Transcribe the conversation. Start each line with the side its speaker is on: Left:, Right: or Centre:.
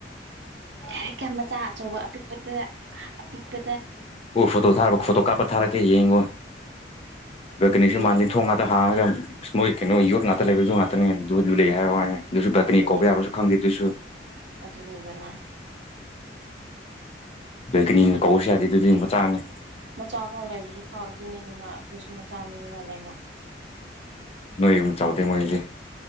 Right: ꯌꯥꯔꯦ ꯀ ꯃꯆꯥ ꯑꯆꯧꯕ ꯑꯄꯤꯛꯄꯗ ꯑꯄꯤꯛꯄ
Left: ꯑꯣ ꯐꯣꯇꯣ ꯊꯥꯔ ꯐꯣꯇꯣ ꯀꯥꯞꯄ ꯊꯥꯔꯛꯀꯦ ꯌꯦꯡꯉꯣ ꯕꯦꯜꯀꯅꯤꯁꯨ
Right: ꯌꯦꯡ
Left: ꯃꯥꯥꯟꯗꯦ ꯊꯣꯡꯉꯇ ꯍꯥꯡꯉꯒ ꯃꯁ ꯃꯣꯢ ꯀꯩꯅꯣ ꯌꯣꯠ ꯇ ꯂꯩꯕ ꯗꯨ ꯉꯥꯛꯇꯅꯦ ꯑꯗꯨ ꯑꯗꯨ ꯂꯩ ꯍꯥꯏ ꯋꯥꯅꯤ ꯑꯗꯨꯁꯨ ꯕꯦꯜꯀꯅꯤ
Right: ꯑꯗꯨꯅꯤꯗꯅ
Left: ꯀꯧꯕ ꯌꯥꯕ꯭ꯔꯁꯨ ꯈꯪꯗꯦ ꯑꯗꯨꯁꯨ
Right: ꯑꯗꯨꯅꯤꯗꯅ
Left: ꯕꯦꯜꯀꯅꯤꯅ ꯀꯧꯔꯁꯨ ꯌꯥꯗꯦ ꯑꯗꯨꯗꯤ ꯃꯆꯥꯅꯦ
Right: ꯃꯆꯥꯐꯥꯎ ꯂꯩꯕꯗꯨꯐꯥꯎ ꯑꯗꯨꯅꯤꯗꯅ ꯑꯩꯈꯣꯏꯁꯨ ꯃꯆꯥꯅꯤꯗꯅ ꯂꯩꯕ
Left: ꯅꯣꯏ ꯒꯨꯝ ꯆꯥꯎꯗꯦ ꯃꯣꯏꯒꯤꯗꯤ